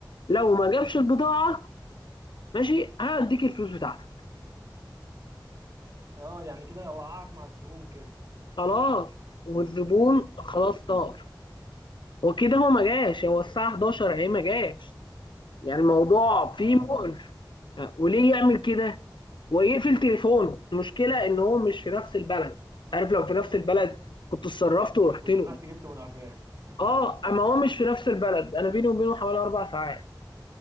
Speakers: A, on the left (about 75°); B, on the right (about 35°).
A: لو ما جابش البضاعه ماشي هديك الفلوس بتاعتك
B: اه يعني كده وقعك مع الزبون كده
A: خلاص والزبون خلاص
B: امم
A: طار وكده هو ما جاش هو الساعه 11 اهي ما جاش يعني الموضوع فيه
B: اه
A: مقرف آه، وليه يعمل كده ويقفل تليفونه المشكله ان هو مش في نفس البلد عارف لو في نفس البلد كنت اتصرفت ورحت
B: كنت
A: له
B: رحت جبته من قفاه <laughs>
A: اه اما هو مش في نفس البلد انا بيني وبينه حوالي اربع ساعات